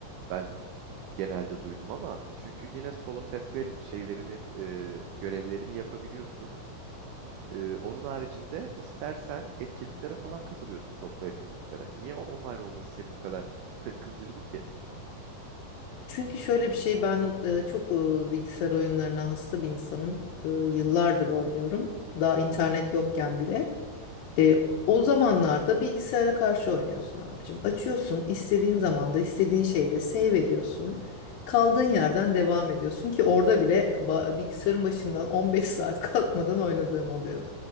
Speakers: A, on the right; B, on the left.
A: ben genelde duydum ama çünkü yine solo task'leri şeylerini e, görevlerini yapabiliyorsun. Ee, onun haricinde istersen etkinliklere falan katılıyorsun toplu etkinliklere. Niye o online olması seni bu kadar <laughs> kızdırdı ki?
B: Çünkü şöyle bir şey ben e, çok e, bilgisayar oyunlarına hasta bir insanım. E, yıllardır oynuyorum. Daha internet yokken bile. E, o zamanlarda bilgisayara karşı oynuyorsun abicim. Açıyorsun, istediğin zamanda, istediğin şeyde save ediyorsun. Kaldığın yerden devam ediyorsun ki orada bile ba- bilgisayarın başından 15 <laughs> saat kalkmadan oynadığım oluyordu.